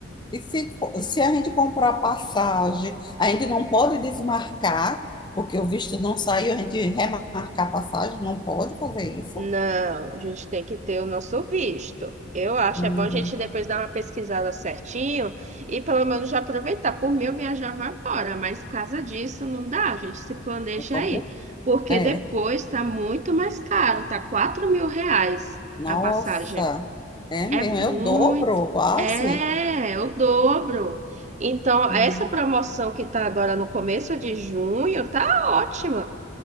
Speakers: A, on the left; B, on the right.
A: E se, se a gente comprar passagem, a gente não pode desmarcar, porque o visto não saiu, a gente remarcar a passagem, não pode fazer isso.
B: Não, a gente tem que ter o nosso visto. Eu acho,
A: Hum,
B: é bom a gente depois dar uma pesquisada certinho e pelo menos já aproveitar. Por mim, eu viajava agora, mas por causa disso não dá, a gente se planeja
A: é complicado.
B: aí. Porque
A: É.
B: depois tá muito mais caro, tá quatro mil reais
A: Nossa,
B: a passagem.
A: é mesmo,
B: É muito,
A: é o dobro, quase.
B: é, o dobro. Então,
A: Hum,
B: essa promoção que tá agora no começo de junho tá ótima.